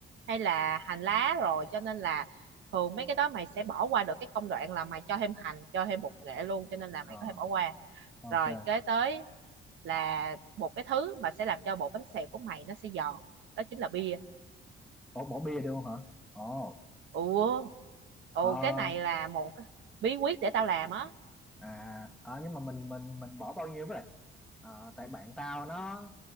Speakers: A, on the right; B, in the centre.
A: hay là hành lá rồi cho nên là thường mấy cái đó mày sẽ bỏ qua được cái công đoạn là mày cho thêm hành, cho thêm bột nghệ luôn cho nên là mày
B: Ờ,
A: có thể bỏ qua.
B: ok
A: Rồi kế tới là một cái thứ mà sẽ làm cho bột bánh xèo của mày nó sẽ giòn, đó chính là bia.
B: ủa bỏ bia được không hả ồ
A: Ủa, ồ
B: ờ,
A: cái này là một bí quyết để tao làm á.
B: à, à nhưng mà mình mình mình bỏ bao nhiêu với lại à, tại bạn tao nó